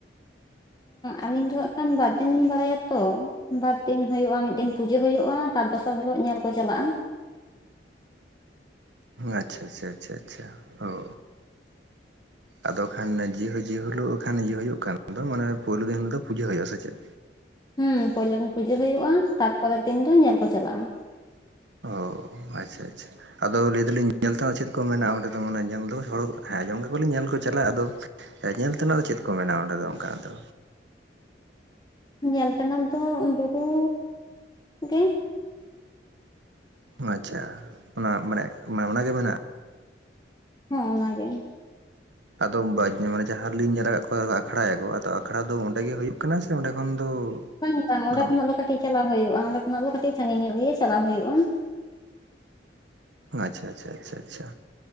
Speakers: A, on the left (about 20°); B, on the right (about 80°).
A: ᱟᱹᱞᱤᱧ ᱫᱚ ᱦᱟᱸᱜ ᱠᱷᱟᱱ ᱵᱟᱨᱫᱤᱱ ᱞᱤᱧ ᱵᱟᱲᱟᱭᱟ ᱛᱚ ᱵᱟᱨ ᱫᱤᱱ ᱦᱳᱭᱳᱜᱼᱟ ᱢᱤᱫ ᱫᱤᱱ ᱯᱩᱡᱟᱹ ᱦᱩᱭᱳᱜᱼᱟ ᱛᱟᱨ ᱫᱚᱥᱟᱨ ᱦᱤᱞᱚᱜ ᱧᱮᱞ ᱠᱚ ᱪᱟᱞᱟᱜᱼᱟ
B: ᱟᱪᱪᱷᱟ ᱟᱪᱪᱷᱟ ᱟᱪᱪᱷᱟ ᱟᱪᱪᱷᱟ ᱚ
A: <unintelligible>
B: ᱟᱫᱚ ᱠᱷᱟᱱ ᱫᱚ ᱡᱤᱦᱟᱹ-ᱡᱤᱦᱟᱹᱞᱳᱜ ᱠᱷᱟᱱ ᱤᱭᱟᱹ ᱦᱩᱭᱩᱜ ᱠᱷᱟᱱ ᱫᱚ ᱢᱟᱱᱮ ᱯᱳᱭᱞᱳ ᱫᱤᱱ ᱦᱤᱞᱳ ᱫᱚ ᱯᱩᱡᱟᱹ ᱦᱩᱭᱩᱜᱼᱟ ᱥᱮ ᱪᱮᱫ?
A: ᱦᱩᱸ ᱯᱩᱭᱞᱳ ᱫᱤᱱ ᱯᱩᱡᱟᱹ ᱦᱩᱭᱩᱜᱼᱟ ᱛᱟ ᱯᱚᱨᱮᱨ ᱫᱤᱱ ᱫᱚ ᱧᱮᱞ ᱠᱚ ᱪᱟᱞᱟᱜᱼᱟ ᱾
B: ᱚ ᱟᱪᱪᱷᱟ ᱟᱪᱪᱷᱟ ᱾ ᱟᱫᱚ ᱞᱟᱹᱭ ᱫᱟᱞᱤᱧ ᱧᱮᱞ ᱛᱮᱦᱚᱸ ᱪᱮᱫ ᱠᱚ ᱢᱮᱱᱟᱜᱼᱟ ᱚᱸᱰᱮ ᱫᱚ ᱢᱟᱱᱮ ᱧᱮᱞ ᱫᱚ ᱦᱚᱲ ᱦᱮᱸ ᱟᱸᱡᱚᱢ ᱜᱮ ᱠᱚᱞᱤᱧ ᱧᱮᱞ ᱠᱚ ᱪᱟᱞᱟᱜᱼᱟ ᱟᱫᱚ ᱧᱮᱞ ᱛᱮᱱᱟᱜ ᱫᱚ ᱪᱮᱫ ᱠᱚ ᱢᱮᱱᱟᱜᱼᱟ ᱚᱸᱰᱮ ᱫᱚ ᱚᱱᱠᱟ ᱫᱚ?
A: ᱧᱮᱞ ᱛᱮᱱᱟᱜ ᱫᱚ ᱵᱩᱨᱩ ᱜᱮ ᱾
B: ᱦᱩᱸ ᱟᱪᱪᱷᱟ ᱚᱱᱟ ᱢᱟᱱᱮ ᱢᱟᱱᱮ ᱚᱱᱟᱜᱮ ᱢᱮᱱᱟᱜᱼᱟ?
A: ᱦᱮᱸ ᱚᱱᱟᱜᱮ ᱾
B: ᱟᱫᱚᱢ ᱵᱟᱡ ᱢᱟᱱᱮ ᱡᱟᱦᱟᱸ ᱨᱮᱞᱤᱧ ᱧᱮᱞ ᱟᱠᱟᱫ ᱠᱚᱣᱟ ᱟᱠᱷᱲᱟᱭ ᱟᱠᱚ ᱟᱫᱚ ᱟᱠᱷᱲᱟ ᱫᱚ ᱚᱸᱰᱮ ᱜᱮ ᱦᱩᱭᱩᱜ ᱠᱟᱱᱟ ᱥᱮ ᱚᱸᱰᱮ ᱠᱷᱚᱱ ᱫᱚ
A: ᱵᱟᱝ ᱵᱟᱝ ᱚᱸᱰᱮ
B: ᱢᱟᱱᱮ
A: ᱠᱷᱚᱱᱟᱜ ᱫᱚ ᱠᱟᱹᱴᱤᱡ ᱪᱟᱞᱟᱣ ᱦᱩᱭᱩᱜᱼᱟ ᱾ ᱚᱸᱰᱮ ᱠᱷᱚᱱᱟᱜ ᱫᱚ ᱠᱟᱹᱴᱤᱡ ᱥᱟᱺᱜᱤᱧ ᱧᱚᱜ ᱜᱮ ᱪᱟᱞᱟᱣ ᱦᱩᱭᱩᱜᱼᱟ ᱾
B: ᱟᱪᱪᱷᱟ ᱟᱪᱪᱷᱟ ᱟᱪᱪᱷᱟ ᱟᱪᱪᱷᱟ